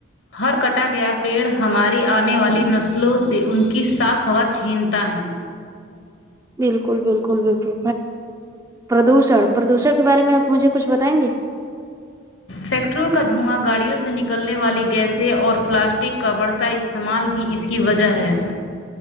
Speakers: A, on the left (about 75°); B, on the right (about 15°).
A: ہر کٹا گیا پیڑ ہماری آنے والی نسلوں سے ان کی صاف ہوا چھنتا ہے
B: بالکل بالکل بالکل پردوشن پردوشن کے بارے میں آپ مجھے کچھ بتائیں گے
A: فیکٹریوں کا دھواں گاڑیوں سے نکلنے والی گیسیں اور پلاسٹک کا بڑھتا استعمال بھی اسی کی وجہ ہے